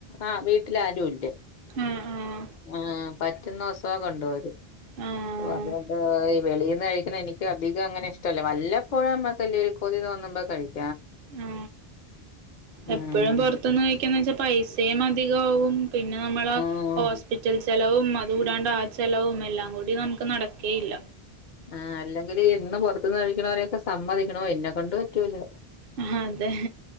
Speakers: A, on the left; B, on the right.
A: ആ വീട്ടിൽ ആരുമില്ല
B: ആഹ് ആഹ്
A: ആഹ് പറ്റുന്നൊസം കൊണ്ടൊരും
B: ആഹ്
A: ഓ അതുകണ്ട് ഈ വെളീന്ന് കഴി എനിക്ക് അധികം അങ്ങനെ ഇഷ്ടല്ല വല്ലപ്പോഴും നമ്മക്ക് വല്ല ഒരു കൊതി തോന്നുമ്പോൾ കഴിക്കാം
B: ആ
A: ഉം
B: എപ്പോഴും പൊറത്തിന്ന് കഴിക്കാന്ന് വെച്ചാ പൈസയും അതി കാവും <unintelligible> പിന്നെ നമ്മള
A: ഉം
B: ഹോസ്പിറ്റൽ ച് <unintelligible> ചെലവും അതുകൂടാണ്ട് ആ ചെലവും എല്ലാം കൂടി നമുക്ക് നടക്കേയില്ല
A: ആ അല്ലെങ്കിൽ ഇന്ന് പുറത്ത്ന്ന് കഴിക്കണവരെയൊക്കെ സമ്മതിക്കണോ എന്നെക്കൊണ്ട് പറ്റൂല
B: ആ അതെ